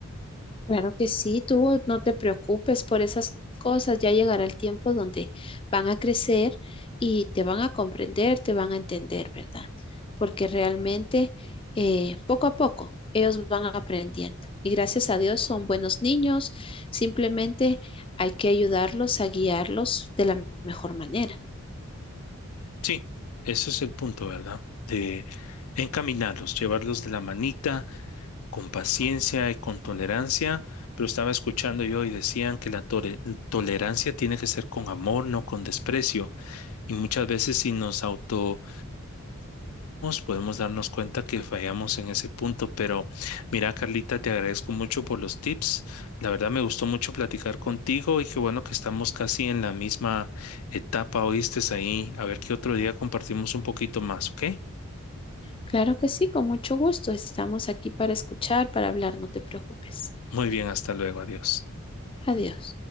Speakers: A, on the left; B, on the left.
A: Claro que sí, tú no te preocupes por esas cosas, ya llegará el tiempo donde van a crecer y te van a comprender, te van a entender, ¿verdad? Porque realmente eh, poco a poco ellos van aprendiendo y gracias a Dios son buenos niños, simplemente hay que ayudarlos a guiarlos de la mejor manera.
B: Sí, ese es el punto, ¿verdad? De encaminarlos, llevarlos de la manita, con paciencia y con tolerancia. Pero estaba escuchando yo y decían que la tore- tolerancia tiene que ser con amor, no con desprecio. Y muchas veces si nos autoestudiamos, podemos darnos cuenta que fallamos en ese punto. Pero mira, Carlita, te agradezco mucho por los tips. La verdad me gustó mucho platicar contigo y qué bueno que estamos casi en la misma etapa, oíste ahí. A ver qué otro día compartimos un poquito más, ¿ok?
A: Claro que sí, con mucho gusto. Estamos aquí para escuchar, para hablar, no te preocupes.
B: Muy bien, hasta luego, adiós.
A: Adiós.